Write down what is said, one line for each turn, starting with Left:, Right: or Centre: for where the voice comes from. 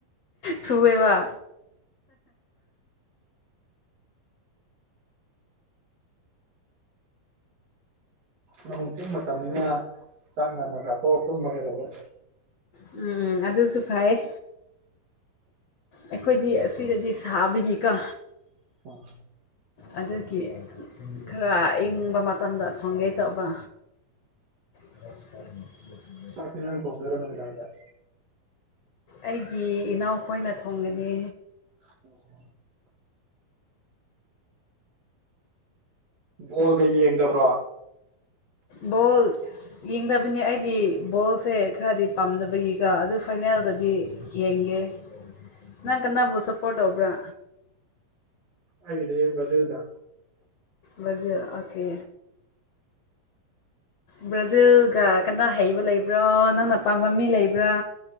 Left: ꯊꯕꯩꯕ
Right: ꯅꯣꯡꯣꯡ ꯆꯤꯡ ꯃꯇꯝꯅꯤꯅ ꯆꯥꯛ ꯉꯟꯅ ꯆꯥꯊꯣꯛꯑ ꯇꯨꯝꯃꯒꯩꯗꯧꯕꯔꯦ
Left: ꯎꯝ ꯎꯝ ꯑꯗꯨꯁꯨ ꯐꯩ ꯑꯩꯈꯣꯏꯗꯤ ꯑꯁꯤꯗꯗꯤ ꯁꯥꯕꯒꯤꯀ
Right: ꯍ
Left: ꯑꯗꯨꯒꯤ ꯈꯔ ꯏꯪꯕ ꯃꯇꯝꯗ ꯊꯣꯡꯒꯦ ꯇꯧꯕ ꯑ
Right: ꯄꯃꯤ ꯄꯒꯦꯔ ꯅꯃꯤꯔ ꯌꯥꯦ
Left: ꯑꯩꯒꯤ ꯏꯅꯥꯎꯈꯣꯏꯅ ꯊꯣꯡꯒꯅꯤ
Right: ꯍ ꯕꯣꯜꯒ ꯌꯦꯡꯗꯕ꯭ꯔꯣ
Left: ꯣꯜ ꯌꯦꯡꯗꯕꯅꯤ ꯑꯩꯗꯤ ꯕꯣꯜꯁꯦ ꯈꯔꯗꯤ ꯄꯥꯝꯅꯕꯒꯤꯒ ꯑꯗꯨ ꯐꯥꯏꯅꯦꯜꯗꯗꯤ ꯌꯦꯡꯒꯦ ꯅꯪ ꯀꯅꯥꯕꯨ ꯁꯞꯄꯣꯔꯠ ꯇꯧꯕ꯭ꯔꯥ
Right: ꯍꯥꯏꯗꯤ ꯖꯦꯜꯗ
Left: ꯔꯖꯦ ꯑꯀꯦ ꯕ꯭ꯔꯥꯖꯤꯜꯒ ꯀꯟꯅ ꯍꯩꯕ ꯂꯩꯕ꯭ꯔꯣ ꯅꯪꯅ ꯄꯥꯝꯕ ꯃꯤ ꯂꯩꯕ꯭ꯔꯥ